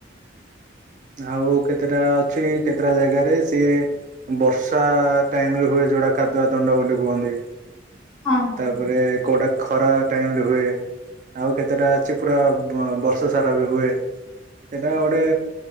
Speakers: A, on the right; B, in the centre.
A: ଆଉ କେତେଟା ଅଛି କେତେଟା ଜାଗାରେ ସିଏ ବର୍ଷା ଟାଇମ ରେ ହୁଏ ଯୋଉଟା କାଦୁଆ ଦଣ୍ଡ ବୋଲି କୁହନ୍ତି।
B: ହଁ ହଁ
A: ତାପରେ
B: ହଁ
A: କୋଉଟା ଖରା ଟାଇମରେ ହୁଏ। ଆଉ କେତେଟା ଅଛି ପୁରା ବର୍ଷ ସାରା ବି ହୁଏ ସେଟା ଗୋଟେ